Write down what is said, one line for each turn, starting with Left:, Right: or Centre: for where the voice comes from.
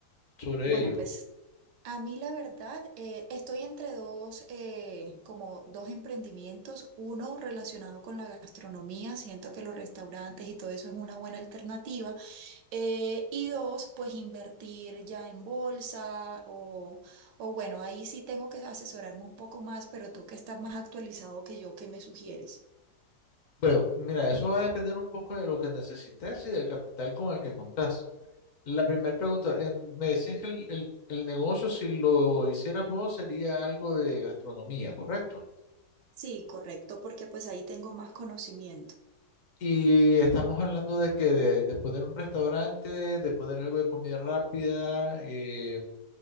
Left: sobre
Right: Bueno,
Left: ello?
Right: pues a mí la verdad, eh, estoy entre dos, eh, como dos emprendimientos, uno relacionado con la gastronomía, siento que los restaurantes y todo eso es una buena alternativa. Eh, y dos, pues invertir ya en bolsa o, o bueno, ahí sí tengo que asesorarme un poco más, pero tú que estás más actualizado que yo, ¿qué me sugieres?
Left: Bueno, mira, eso va a depender un poco de lo que necesites y del capital con el que contás. La primera pregunta, en- me decías que el, el el negocio, si lo hicieras vos, sería algo de gastronomía, ¿correcto?
Right: Sí, correcto, porque pues ahí tengo más conocimiento.
Left: Y estamos hablando de que de, de poner un restaurante, de poner algo de comida rápida, eh,